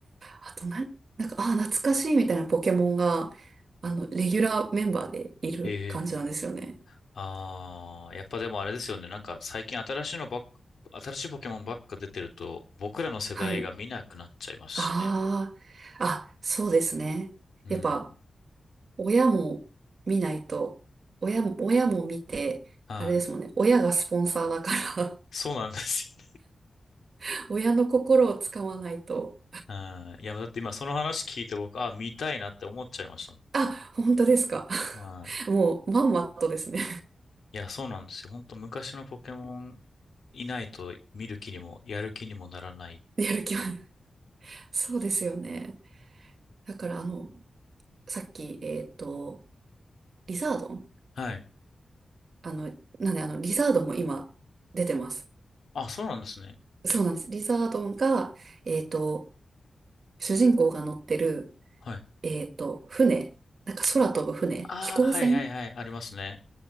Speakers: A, on the right (about 65°); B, on the left (about 75°).
A: あとなん、なんか、あ、懐かしいみたいなポケモンが、あの、レギュラーメンバーでいる感じなんですよね。
B: ええああやっぱでもあれですよね。なんか最近新しいのばっか、新しいポケモンばっか出てると、僕らの世代が見なくなっちゃいますしね。
A: はい。ああ、あ、そうですね。
B: うん。
A: やっぱ、親も見ないと、親も、親も見て、
B: はい。
A: あれですもんね。親がスポンサーだから
B: そうなんです
A: <laughs> 親の心をつかまないと。
B: よね。うん。いや、だって今その話聞いて僕、あ、見たいなって思っちゃいました
A: あ、本当ですか。<laughs>
B: は
A: もう、まんまとですね。
B: い。いや、そうなんですよ。本当昔のポケモンいないと見る気にも、やる気にもならない。
A: <laughs> やる気は。そうですよね。だから、あの、さっき、えっと、リザードン
B: はい。
A: あの、なんで、あの、リザードンも今、出てます。
B: あ、そうなんですね。
A: そうなんです。リザードンが、えっと、主人公が乗ってる、
B: はい。
A: えっと、船、なんか空飛ぶ船、
B: ああ、
A: 飛行船
B: はいはいはい。ありますね。